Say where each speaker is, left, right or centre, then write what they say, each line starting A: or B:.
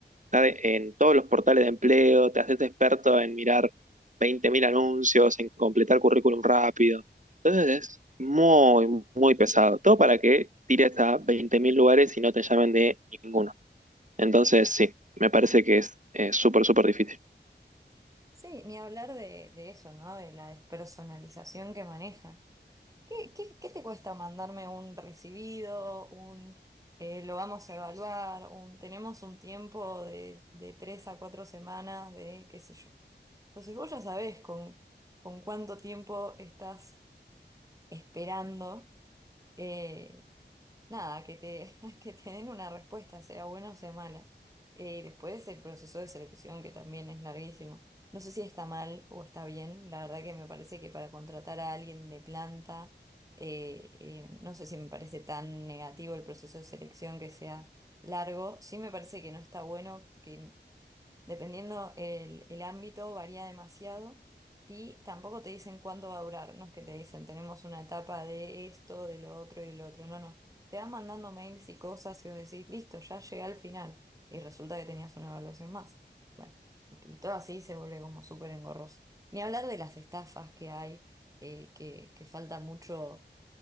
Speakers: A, on the right (about 40°); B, on the right (about 20°).
A: Estar en todos los portales de empleo, te haces experto en mirar 20.000 anuncios, en completar currículum rápido. Entonces es muy, muy pesado. Todo para que tires a 20.000 lugares y no te llamen de ninguno. Entonces sí, me parece que es eh, súper, súper difícil.
B: Sí, ni hablar de, de eso, ¿no? De la despersonalización que manejan. ¿Qué, qué, qué te cuesta mandarme un recibido, un eh, lo vamos a evaluar, un tenemos un tiempo de, de tres a cuatro semanas de qué sé yo? Entonces vos ya sabés con, con cuánto tiempo estás esperando. eh, Nada, que te, <laughs> que te den una respuesta, sea buena o sea mala. Eh, después el proceso de selección, que también es larguísimo. No sé si está mal o está bien. La verdad que me parece que para contratar a alguien de planta, eh, eh, no sé si me parece tan negativo el proceso de selección que sea largo. Sí me parece que no está bueno, que Dependiendo el, el ámbito, varía demasiado y tampoco te dicen cuánto va a durar. No es que te dicen tenemos una etapa de esto, de lo otro y de lo otro. No, no. Te van mandando mails y cosas y vos decís, listo, ya llegué al final. Y resulta que tenías una evaluación más. Bueno, y, y todo así se vuelve como súper engorroso. Ni hablar de las estafas que hay, eh, que, que falta mucho,